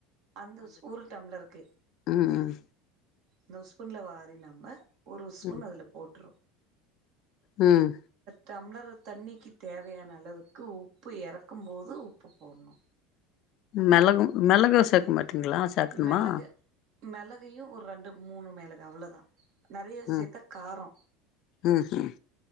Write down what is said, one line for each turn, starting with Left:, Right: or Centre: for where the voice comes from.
Right: அந்த ஸ்பூன் டம்ளருக்கு
Left: ம் ம்
Right: இன்னொரு ஸ்பூன்ல வாரி நம்ம ஒரு ஸ்பூன்
Left: ம்
Right: அதுல போட்றனு
Left: ம்
Right: டம்ளர் தண்ணிக்கு தேவையான அளவுக்கு உப்பு எறக்கும் போது உப்பு போட்ணு
Left: மெளகும் மெளகு சேக்கமாட் ட்டுங்ளா சேக்கணுமா
Right: மெளகு மெளகையு ஒரு ரண்டு மூணு மெளகு அவ்வளோதா நெறைய சேத்தா
Left: ம்
Right: காரொ
Left: ம் ம்